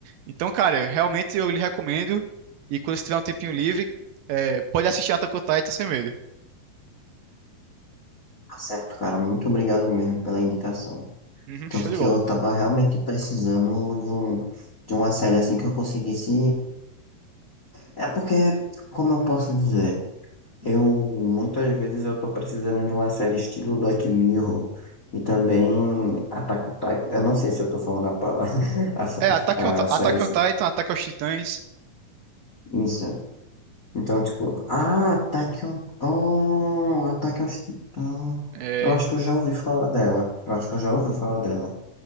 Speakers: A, on the right (about 75°); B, on the left (about 40°).
A: Então, cara, realmente eu lhe recomendo. E quando você tiver um tempinho livre, é, pode assistir Attack on Titan sem medo.
B: tá certo, cara. Muito obrigado mesmo pela indicação.
A: Uhum,
B: Tanto
A: show
B: que
A: de bola.
B: eu tava realmente precisando de um, de uma série assim que eu conseguisse. É porque, como eu posso dizer? Eu muitas vezes eu tô precisando de uma série estilo Black Mirror e também Attack on Titan. Eu não sei se eu tô falando a palavra, <laughs> a, s-
A: É, Attack
B: a
A: on,
B: série.
A: Attack
B: certa.
A: on Titan, Ataque aos Titãs.
B: Isso. Então, tipo, ah, Attack on, oh, Attack on Titan.
A: É,
B: Eu acho que eu já ouvi falar dela. Eu acho que eu já ouvi falar dela.